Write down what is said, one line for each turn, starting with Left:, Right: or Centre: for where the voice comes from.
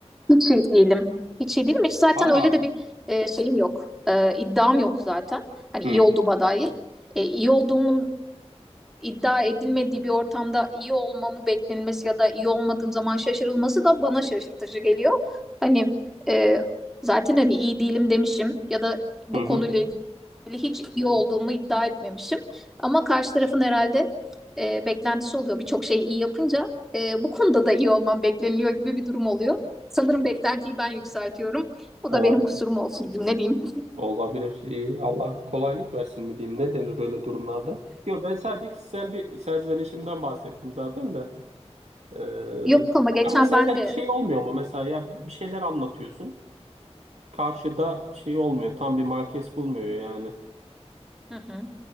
Centre: Hiç iyi değilim. Hiç iyi değilim. Hiç zaten
Right: Aa.
Centre: öyle de bir e, şeyim yok. E, iddiam yok zaten. Hani
Right: Hı
Centre: iyi olduğuma dair. E, iyi olduğumun iddia edilmediği bir ortamda iyi olmamı beklenilmesi ya da iyi olmadığım zaman şaşırılması da bana şaşırtıcı geliyor. Hani e, zaten hani iyi değilim demişim ya da bu
Right: hı. hı.
Centre: konuyla hiç iyi olduğumu iddia etmemişim. Ama karşı tarafın herhalde e, beklentisi oluyor. Birçok şeyi iyi yapınca e, bu konuda da iyi olmam bekleniliyor gibi bir durum oluyor. Sanırım beklentiyi ben yükseltiyorum. Bu
Right: Olabilir.
Centre: da benim kusurum olsun ne diyeyim.
Right: Olabilir. İyi. Allah kolaylık versin mi diyeyim? Ne denir böyle durumlarda? Yok ben sadece kişisel bir serzenişimden bahsettim zaten de. Ee,
Centre: Yok ama geçen
Right: ama sende
Centre: ben de
Right: hiç şey olmuyor mu mesela ya bir şeyler anlatıyorsun. Karşıda şey olmuyor. Tam bir markes bulmuyor yani.
Centre: Hı hı.